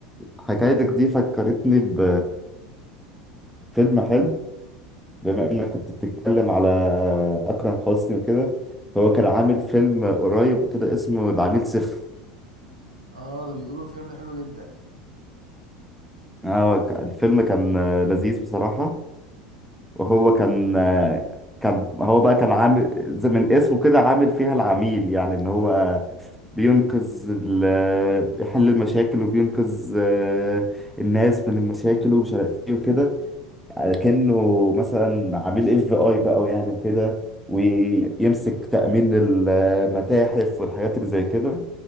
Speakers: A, in the centre; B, on the right (about 85°).
A: حكايتك دي فكرتني ب... فيلم حلو بما انك كنت بتتكلم على اكرم حسني وكده فهو كان عامل فيلم قريب كده اسمه العميل صفر
B: اه ده بيقولوا الفيلم ده حلو جدا
A: اه ك- الفيلم كان آه، لذيذ بصراحة وهو كان آه، كان هو بقى كان عامل زي من اسمه كده عامل فيها العميل يعني ان هو بينقذ ال- بيحل المشاكل وبينقذ آه، الناس من المشاكل ومش عارف ايه وكده كأنه مثلا عميل اف بي اي بقى يعني وكده ويمسك تأمين المتاحف والحاجات اللي زي كده